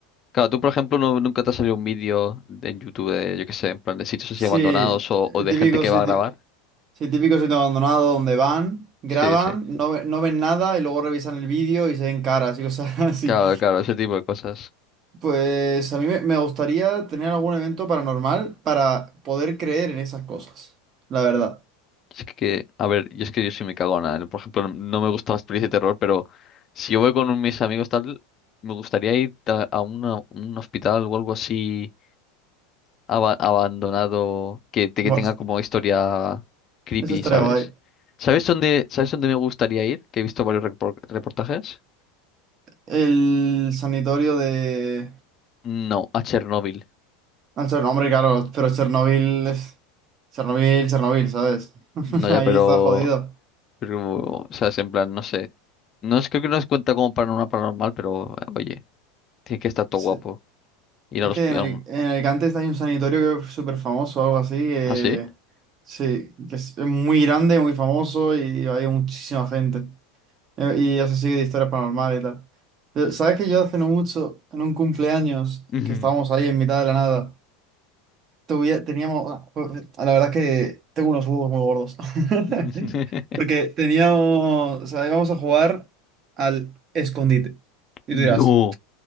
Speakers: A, on the left; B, on the right.
A: Claro, tú, por ejemplo, no- nunca te ha salido un vídeo de- en YouTube de, yo qué sé, en plan, de sitios así
B: Sí,
A: abandonados o,
B: el
A: o de
B: típico
A: gente que
B: sitio,
A: va a grabar.
B: sí, típico sitio abandonado donde van, graban,
A: Sí, sí.
B: no, ve- no ven nada y luego revisan el vídeo y se ven caras y cosas <laughs> así.
A: Claro, claro, ese tipo de cosas.
B: Pues a mí me me gustaría tener algún evento paranormal para poder creer en esas cosas, la verdad.
A: Es que, a ver, yo es que yo soy muy cagona. ¿eh? Por ejemplo, no me gusta las pelis de terror, pero si yo voy con mis amigos tal, me gustaría ir a a una- un hospital o algo así aba- abandonado que, te- que
B: Bueno,
A: tenga como historia creepy,
B: eso estaría
A: ¿sabes?
B: guay.
A: ¿Sabes dónde, sabes dónde me gustaría ir? Que he visto varios repor- reportajes.
B: El sanitorio de,
A: No, a Chernóbil.
B: Ah, Cher- hombre, claro, pero Chernobyl es... Chernobyl, Chernobyl, ¿sabes? <laughs>
A: No,
B: Ahí
A: ya, pero,
B: está jodido.
A: pero, o sea, es en plan, no sé. No es creo que no es cuenta como para una paranormal, pero oye, tiene que estar todo
B: Sí,
A: guapo. Ir
B: Es
A: al
B: que
A: hospital.
B: en, Ali- en Alicante hay un sanatorio que es súper famoso, algo así. eh,
A: ¿Ah, sí?
B: sí, que es muy grande, muy famoso y hay muchísima gente. Eh, y eso sigue de historias paranormales y tal. Pero, ¿sabes que yo hace no mucho, en un cumpleaños,
A: Ujú.
B: que estábamos ahí en mitad de la nada? tuvi- teníamos, la verdad es que tengo unos huevos muy gordos.
A: <laughs>
B: <laughs> Porque teníamos, o sea, íbamos a jugar al escondite. Y
A: No,
B: tú dirás,